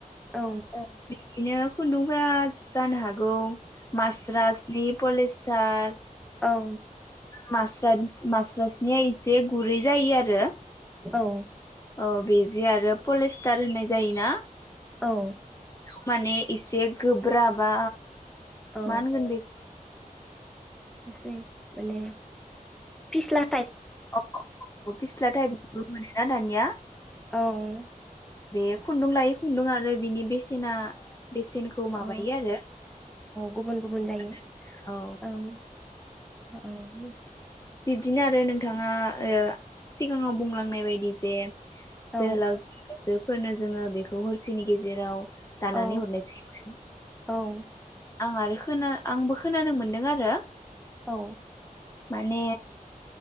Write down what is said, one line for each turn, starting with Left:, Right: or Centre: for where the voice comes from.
Centre: औ
Left: ओं बिदिनो खुन्दुंफोरा जानो हागौ मास्रासनि पलिस्टार
Centre: औ
Left: मास्रास मास्रासनिया एसे गुरै जायो आरो
Centre: औ
Left: औ बिज जि आरो पलिस्टार होननाय जायोना?
Centre: औ
Left: माने इसे गोब्राबा
Centre: औ
Left: मा होनगोन बेखौ
Centre: एसे माने फिसला
Left: अ अ अ फिस्ला टाइपनिबो मानो ना दानिया
Centre: औ
Left: बेयो खुन्दुं लायै खुन्दुं आरो बेनि बेसेना बेसेनखौ
Centre: औ
Left: माबायो आरो औ।
Centre: गुबुन गुबुन जायो औ <unintelligible>
Left: बिब्दिनो आरो नोंथाङा ओ सिगांङाव बुंलांनाय बायदि जे जोहोलावजो
Centre: औ
Left: जोब फोरनो जोङो बेखौ हरसेनि गेजेराव दानानै
Centre: औ
Left: हरनाय जायोमोन
Centre: औ
Left: आं आरो खोना आंबो खोनानो मोनदों आरो
Centre: औ।
Left: माने